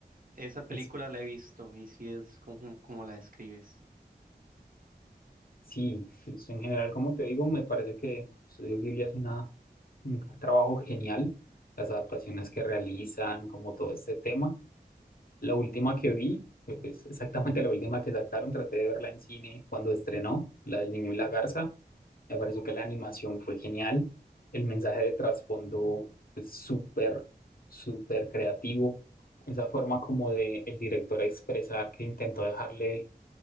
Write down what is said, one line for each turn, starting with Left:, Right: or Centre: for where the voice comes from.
Right: esa película
Left: es,
Right: la he visto y sí es como, como la describes.
Left: sí, pues en general, como te digo, me parece que Estudio Ghibli es una, un trabajo genial, las adaptaciones que realizan, como todo este tema. La última que vi, fue, pues exactamente la última que sacaron, traté de verla en cine cuando estrenó, la del niño y la garza, Me pareció que la animación fue genial. El mensaje de trasfondo es súper, súper creativo. Esa forma como de el director expresar que intentó dejarle